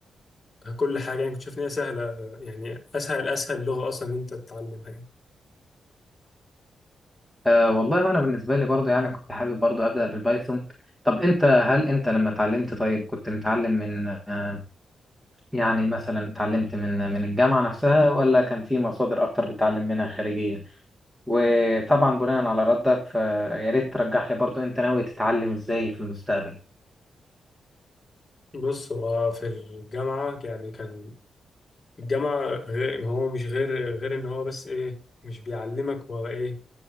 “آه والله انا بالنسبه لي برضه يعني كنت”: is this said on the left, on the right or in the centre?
Centre